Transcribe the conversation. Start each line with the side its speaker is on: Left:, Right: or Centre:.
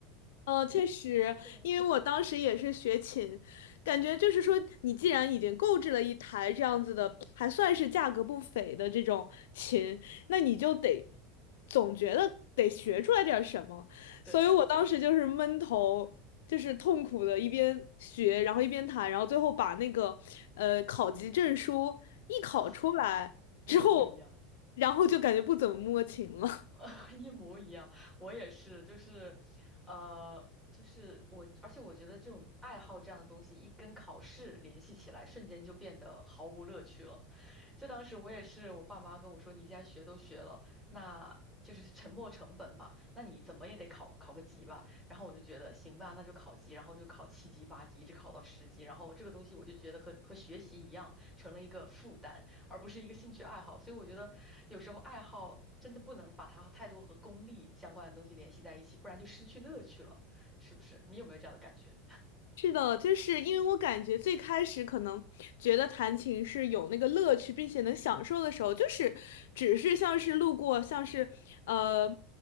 Left: 哦，确实，
Centre: 对
Left: 因为我当时也是学琴，感觉就是说，你既然已经购置了一台这样子的，还算是价格不菲的这种琴，那你就得总觉得得学出来点儿什么，
Centre: 对
Left: 所以我当时就是闷头，就是痛苦的一边学，然后一边弹，然后最后把那个呃考级证书一考出来之后，
Centre: 啊，一模一样，
Left: 然后就感觉不怎么摸琴了。
Centre: <laughs> 一模一样。我也是，就是，呃，就是我，而且我觉得这种爱好这样的东西，一跟考试联系起来，瞬间就变得毫无乐趣了。就当时我也是，我爸妈跟我说，你既然学都学了，那就是沉没成本嘛，那你怎么也得考考个级吧。然后我就觉得行吧，那就考级，然后就考七级、八级，一直考到十级。然后这个东西我就觉得和和学习一样，成了一个负担。而不是一个兴趣爱好。所以我觉得有时候爱好真的不能把它太多和功利相关的东西联系在一起，不然就失去乐趣了，是不是？你有没有这样的感觉？
Left: 是的，就是因为我感觉最开始可能觉得弹琴是有那个乐趣，并且能享受的时候，就是只是像是路过，像是呃，